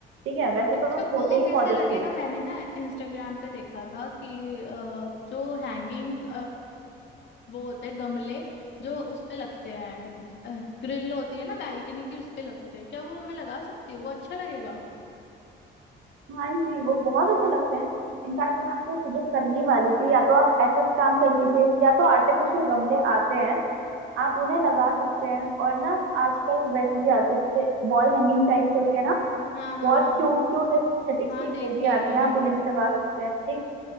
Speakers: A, on the right (about 85°); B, on the left (about 60°).
A: ठीक है वैसे
B: अच्छा
A: तो छोटे
B: वो
A: ही
B: कैसे
A: पौधे
B: लगेगा
A: अच्छे लगते
B: मैंने ना इंस्टाग्राम पे देखा था कि अ, जो हैंगिंग वो होते हैं गमले जो उस पे लगते हैं ग्रिल होती है ना बैल्कनी की उस पे लगते हैं क्या वो मैं लगा सकती हूँ वो अच्छा लगेगा
A: हैं हाँ जी वो बहुत अच्छे लगते हैं इनफैक्ट मैं आपको सजेस्ट करने ही वाली थी या तो आप ऐसा काम कर लीजिए या तो आर्टिफिशियल गमले आते हैं आप उन्हें लगा सकते हैं और ना आजकल वैसे भी आते हैं जैसे वॉल हैंगिंग टाइप्स होती है ना
B: हाँ हाँ
A: बहुत
B: हाँ
A: क्यूट क्यूट एस्थेटिक
B: हाँ
A: सी
B: देखी
A: वो भी
B: है
A: आती
B: मैंने
A: है आप
B: बहुत
A: उन्हें भी लगा सकते हैं ठीक